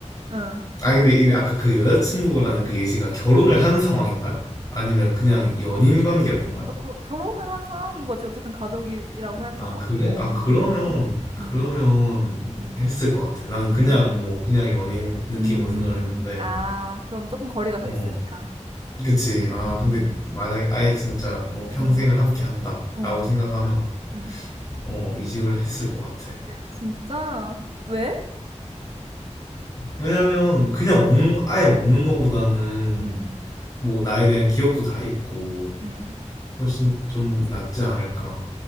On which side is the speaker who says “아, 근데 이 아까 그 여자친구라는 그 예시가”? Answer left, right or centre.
Left